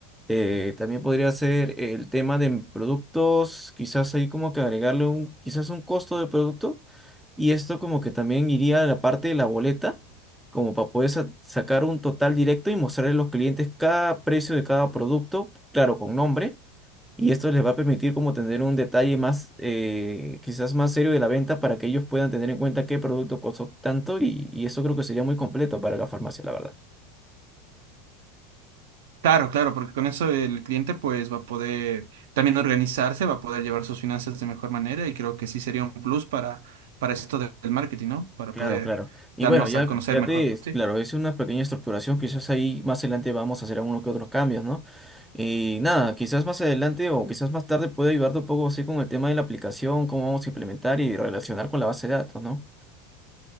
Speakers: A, in the centre; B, on the right.
A: Eh, también podría ser el tema de productos, quizás ahí como que agregarle un, quizás un costo de producto. Y esto como que también iría a la parte de la boleta, como para poder sa- sacar un total directo y mostrarle a los clientes cada precio de cada producto, claro, con nombre. Y esto les va a permitir como tener un detalle más, eh, quizás más serio de la venta para que ellos puedan tener en cuenta qué producto costó tanto y, y eso creo que sería muy completo para la farmacia, la verdad.
B: Claro, claro, porque con eso el cliente pues va a poder también organizarse, va a poder llevar sus finanzas de mejor manera y creo que sí sería un plus para, para esto de- del marketing, ¿no? Para
A: Claro,
B: poder
A: claro. Y
B: darnos
A: bueno, ya,
B: a conocer
A: ya
B: mejor.
A: te,
B: Sí.
A: claro, es una pequeña estructuración, quizás ahí más adelante vamos a hacer algunos que otros cambios, ¿no? Y nada, quizás más adelante o quizás más tarde puede ayudarte un poco así con el tema de la aplicación, cómo vamos a implementar y relacionar con la base de datos, ¿no?